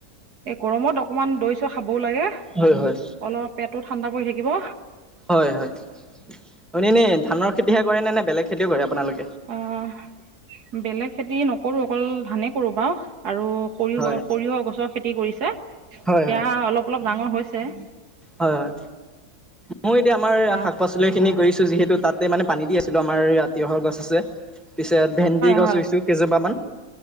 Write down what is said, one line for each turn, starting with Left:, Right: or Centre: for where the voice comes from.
Right: এই গৰমত অকমান দৈ ছৈ খাবও লাগে
Centre: হয় হয়
Right: অলপ পেটত। ঠাণ্ডা পৰি থাকিব।
Centre: হয়-হয় আপুনি এনে ধানৰ খেতিহে কৰে নে নে বেলেগ খেতিও কৰে আপোনালোকে।
Right: অ', বেলেগ খেতি নকৰো অকল ধানে কৰো বাৰু আৰু সৰিয়হ-সৰিয়হ
Centre: হয়,
Right: গছৰ খেতি। সেয়া
Centre: হয়, হয়।
Right: অলপ অলপ ডাঙৰ হৈছে।
Centre: হয় মোৰ এতিয়া আমাৰ
Right: হয়
Centre: শাক পাচলি খিনি। কৰিছো যিহেতু তাতে মানে পানী দিছিলো আমাৰ। তিয়হৰ গছ আছে পিছত ভেন্দি গছ
Right: হয়
Centre: ৰুইছোঁ কেইজোপামান।